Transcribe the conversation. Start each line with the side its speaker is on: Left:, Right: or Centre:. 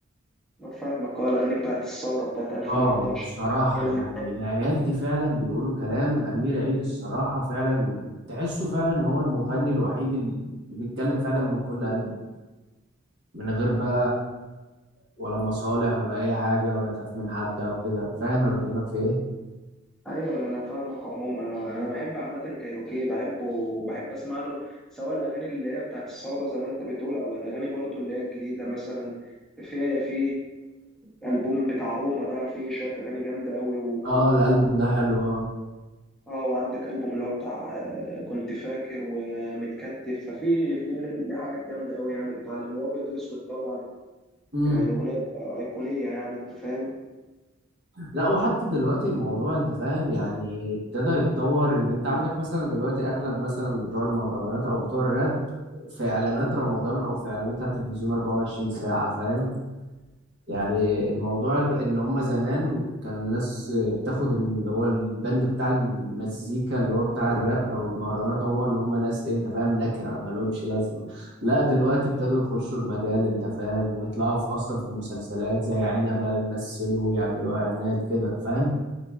Centre: ما فاهمك اه الاغاني بتاعت الثورة بتاعت 2011
Right: اه بصراحة
Centre: يا الم...
Right: يعني العيال دي فعلا بيقولوا كلام أمير عيد الصراحة فعلا تحسه فعلا إن هو المغني الوحيد اللي بيتكلم فعلا من كل قلبه من غير بقى ولا مصالح ولا أي حاجة ولا يخاف من حد أو كده فاهم أنا بكلمك في إيه؟
Centre: ايوه انا انا فاهمك عموما انا انا بحب عامة كايروكي بحبه وبحب اسمع له سواء الاغاني اللي هي بتاعت الثورة زي ما انت بتقول او الاغاني برضو اللي هي الجديدة مثلا في في البوم بتاع روما ده فيه شوية اغاني جامدة قوي و...
Right: اه الألبوم ده حلو اه
Centre: اه وعندك ألبوم اللي هو بتاع آه، كنت فاكر ومتكتف ففي في ليه حاجات جامدة أوي يعني بيتعلم وأبيض وأسود طبعا
Right: امم
Centre: يعني الأغنية أيقونية يعني أنت فاهم
Right: لا وحتى دلوقتي الموضوع انت فاهم يعني ابتدى يتطور ان انت عندك مثلا دلوقتي اغلب مثلا بتوع المهرجانات او بتوع الراب في اعلانات رمضان او في اعلانات على التلفزيون 24 ساعة فاهم يعني الموضوع ان هما زمان كان الناس بتاخد اللي هو البند بتاع المزيكا اللي هو بتاع الراب او المهرجانات عموما ان هما ناس ايه انت فاهم نكره ما لهمش لازمه لا دلوقتي ابتدوا يخشوا المجال انت فاهم ويطلعوا في اصلا في مسلسلات زي عنبه يمثلوا يعملوا اعلانات كده فاهم